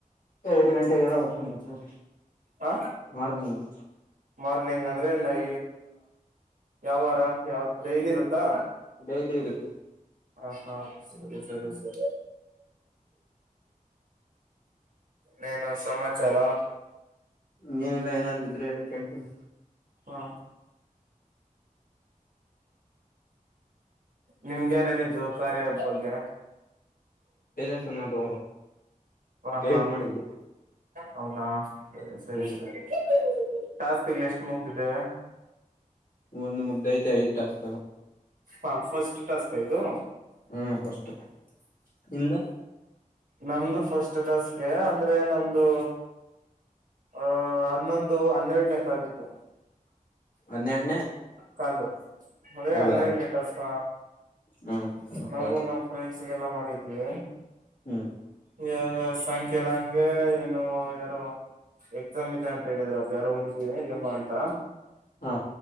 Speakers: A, on the left; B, on the right.
A: ಎರಡು ಗಂಟೆ ಎಲ್ಲ ಹೋಗ ಸರ್
B: ಹ
A: ಮಾರ್ನಿಂಗ್
B: ಮಾರ್ನಿಂಗ್ ಅಂದ್ರೆ ನೈ ಯಾವ ವಾರ ಯಾವ ಡೈಲಿ ಇರುತ್ತಾ
A: ಡೈಲಿ ಇರುತ್ತೆ
B: ಹ ಹಾ ಸರಿ ಸರಿ ಸರಿ ನನು ಸಮಾಚಾರಾ
A: ಇೇನಿಲ್ಲ ಏನಾದ್ರು ಇದ್ರರು ಹೇಳಿ ಕೇಳ್ತೀನಿ
B: ಹ್ಮ ನಿಮ್ಗೆಾರ ಹೇಳಿದ್ದು ಕಾರ್ಯ ಒಬ್ ಬಗ್ಗೆ
A: ವೇದಾಸನ ತ
B: ಹ
A: ಗೈಡ್
B: ಹಾ
A: ಮಾಡಿದ್ದು
B: ಹೌದಾ ಸರಿ ಸರಿ
A: ಹೌದು
B: ಸರಿ ಟಾಸ್ಕ್ಲ್ಲಿ ಎಷ್ಟು ಮುಗತಿದ್ದೇವೆ
A: ಒಂದು ಮುಗ್ದ ಐತೆ ಐದ ತಾಕ
B: ಹಾ ಫಸ್ಟ್ ಟಾಸ್ಕ್ ಇದು
A: ಹ್ಮ ಪಸ್ಟ್ ನಿಂದು
B: ನಮ್ದು ಫಸ್ಟ್ ಟಾಸ್ಕ್ ಅಂದ್ರೆ ನಮ್ದು ಆಹ ಹನ್ನೊಂದು ಹನ್ನೆರಡನ ತಾರೀಕು
A: ಹನ್ನೆರಡು
B: ಕಲ್ಲು ಅದೇ
A: ಹೌದಾ
B: ಹನ್ನೆರಡನೆ ಟಾಸ್ಕ್
A: ಹ್ಮ್
B: ನಾವು
A: ಓಕೆ
B: ನಮ್ಮ್ ಪ್ರೆಂಡ್ಸ್. ಸಿಗೆಲ್ಲ ಮಾಡಿದ್ವಿ.
A: ಹ್ಮ್
B: ಇವಾಗ ಸಾಯಂಕಾಲ ಹಂಗೆ ಏನು ಯಾರೋ. ಎಕ್ಸಾಮ್ ಇದೆ ಅಂತ ಹೇಳಿದ್ರಂತ ಯಾರೋ ಹುಡುಗಿ ಹೇಮಾ ಅಂತ.
A: ಹಾ